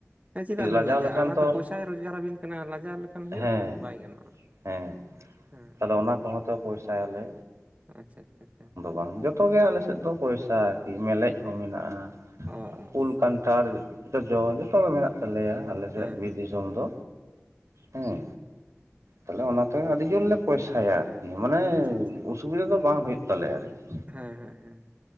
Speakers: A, on the right; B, on the right.
A: ᱦᱮᱸ ᱪᱮᱫᱟᱜ ᱵᱤᱱ
B: ᱞᱟᱡᱟᱣ
A: ᱞᱟᱡᱟᱜᱼᱟ,
B: ᱞᱮᱠᱷᱟᱱ
A: ᱚᱱᱟᱛᱮ
B: ᱛᱚ
A: ᱯᱚᱭᱥᱟᱭ ᱨᱳᱡᱽᱜᱟᱨᱟ ᱟᱵᱤᱱ ᱠᱟᱱᱟ ᱞᱟᱡᱟᱣ ᱞᱮᱠᱷᱟᱱ ᱦᱩᱭᱩᱜᱼᱟ
B: ᱦᱮᱸ
A: ᱠᱤ ᱵᱟᱭ ᱜᱟᱱᱚᱜᱼᱟ᱾
B: ᱦᱮᱸ
A: ᱦᱮᱸ
B: ᱛᱟᱞᱮ ᱚᱱᱟ ᱠᱚᱦᱚᱸ ᱛᱚ ᱯᱚᱭᱥᱟ ᱭᱟᱞᱮ᱾
A: ᱟᱪᱪᱷᱟ ᱟᱪᱪᱷᱟ
B: ᱵᱟᱝ ᱡᱚᱛᱚ ᱜᱮ ᱟᱞᱮᱥᱮᱜ ᱫᱚ ᱯᱚᱭᱥᱟ ᱟᱨᱠᱤ ᱢᱮᱞᱮᱡ ᱦᱚᱸ ᱢᱮᱱᱟᱜᱼᱟ
A: ᱚ ᱚ
B: ᱩᱞ
A: ᱚ
B: ᱠᱟᱱᱴᱷᱟᱲ ᱡᱚᱡᱚ ᱡᱚᱛᱚ ᱜᱮ ᱢᱮᱱᱟᱜ ᱛᱟᱞᱮᱭᱟ ᱟᱞᱮ ᱥᱮᱜ
A: ᱦᱮᱸ
B: ᱵᱤᱨ
A: ᱦᱮᱸ
B: ᱫᱤᱥᱚᱢ
A: ᱦᱮᱸ
B: ᱫᱚ ᱦᱮᱸ᱾ ᱛᱟᱞᱮ ᱚᱱᱟᱛᱮ ᱟᱹᱰᱤ ᱡᱳᱨ‌ ᱞᱮ ᱯᱚᱭᱥᱟᱭᱟ ᱟᱨᱠᱤ ᱢᱟᱱᱮ
A: ᱟᱪᱪᱷᱟ ᱟᱪᱪᱷᱟ
B: ᱚᱥᱩᱵᱤᱫᱟ ᱫᱚ ᱵᱟᱝ ᱦᱩᱭᱩᱜ ᱛᱟᱞᱮᱭᱟ ᱟᱨᱠᱤ᱾
A: ᱦᱮᱸ ᱦᱮᱸ ᱦᱮᱸ